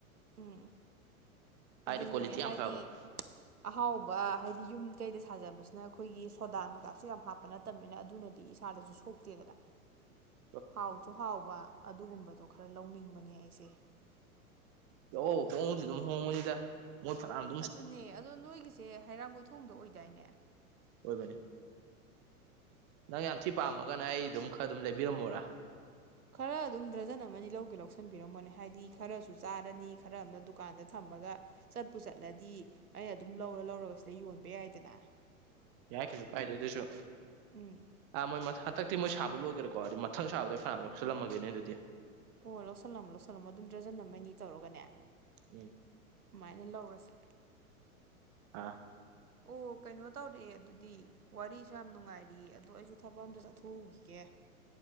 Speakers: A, on the right (about 85°); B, on the right (about 20°).
A: ꯎꯝ ꯑꯗꯨꯅꯤꯅꯦ
B: ꯀ꯭ꯋꯥꯂꯤꯇꯤ ꯌꯥꯝ
A: ꯍꯥꯏꯗꯤ
B: ꯐꯕ
A: ꯑꯍꯥꯎꯕ ꯍꯥꯏꯗꯤ ꯌꯨꯝ ꯀꯩꯗ ꯁꯥꯖꯕꯁꯤꯅ ꯑꯩꯈꯣꯏꯒꯤ ꯁꯣꯗꯥ ꯅꯨꯡꯗꯥꯁꯨ ꯌꯥꯝ ꯍꯥꯞꯄ ꯅꯠꯇꯦ ꯅꯠꯇꯝꯅꯤꯅ ꯑꯗꯨꯅꯗꯤ ꯏꯁꯥꯗꯁꯨ ꯁꯣꯛꯇꯦꯗꯅ
B: <inaudible>
A: ꯍꯥꯎꯁꯨ ꯍꯥꯎꯕ ꯑꯗꯨꯒꯨꯝꯕꯗꯣ ꯈꯔ ꯂꯧꯅꯤꯡꯕꯅꯦ ꯑꯩꯁꯦ
B: ꯑꯧ ꯍꯣꯡꯉꯁꯤ ꯑꯗꯨꯝ ꯍꯣꯡꯕꯅꯤꯗ ꯃꯣ ꯐꯅꯥꯝ
A: ꯑꯗꯨꯅꯦ ꯑꯗꯣ ꯅꯣꯏꯒꯤꯁꯦ ꯍꯩꯔꯥꯡꯒꯣꯏꯊꯣꯡꯗ ꯑꯣꯏꯗꯥꯏꯅꯦ
B: ꯑꯣꯏꯕꯅꯦ ꯅꯪ ꯌꯥꯝ ꯊꯤ ꯄꯥꯝꯃꯒꯅ ꯑꯩ ꯑꯗꯨꯝ ꯈꯔ ꯑꯗꯨꯝ ꯂꯩꯕꯤꯔꯝꯃꯣꯔꯥ
A: ꯈꯔ ꯑꯗꯨꯝ ꯗ꯭ꯔꯖꯟ ꯑꯃꯅꯤ ꯂꯧꯒꯦ ꯂꯧꯁꯤꯟꯕꯤꯔꯝꯃꯣꯅꯦ ꯍꯥꯏꯗꯤ ꯈꯔꯁꯨ ꯆꯥꯔꯅꯤ ꯈꯔ ꯑꯃꯝꯅ ꯗꯨꯀꯥꯟꯗ ꯊꯝꯃꯒ ꯆꯠꯄꯨ ꯆꯠꯂꯗꯤ ꯑꯩ ꯑꯗꯨꯝ ꯂꯧꯔ ꯂꯧꯔꯒ ꯁꯤꯗ ꯌꯣꯟꯕ ꯌꯥꯏꯗꯅꯥ
B: ꯌꯥꯏ ꯀꯩꯁꯨ ꯀꯥꯏꯗꯦ ꯑꯗꯨꯁꯨꯣ
A: ꯎꯝ
B: ꯑꯥ ꯃꯣꯏ ꯃ ꯍꯟꯗꯛꯇꯤ ꯃꯣꯏ ꯁꯥ ꯂꯣꯏꯒ꯭ꯔꯦꯀꯣ ꯑꯗꯨ ꯃꯊꯪ ꯁꯥꯕꯗ ꯐꯩꯅꯥꯝ ꯂꯧꯁꯜꯂꯝꯃꯒꯦꯅꯦ ꯑꯗꯨꯗꯤ
A: ꯑꯣ ꯂꯧꯁꯜꯂꯝꯃꯣ ꯂꯧꯁꯜꯂꯝꯃꯣ ꯑꯗꯨꯝ ꯗ꯭ꯔꯖꯟ ꯑꯝꯃꯅꯤ ꯇꯧꯔꯒꯅꯦ
B: ꯎꯝ
A: ꯁꯨꯃꯥꯏꯅ ꯂꯧꯔꯁꯦ
B: ꯑꯥ
A: ꯑꯣ ꯀꯩꯅꯣ ꯇꯧꯔꯛꯑꯦ ꯑꯗꯨꯗꯤ ꯋꯥꯔꯤꯁꯨ ꯌꯥꯝ ꯅꯨꯡꯉꯥꯏꯔꯤ ꯑꯗꯣ ꯑꯩꯁꯨ ꯊꯕꯛ ꯑꯝꯇ ꯆꯠꯊꯣꯛꯎꯈꯤꯒꯦ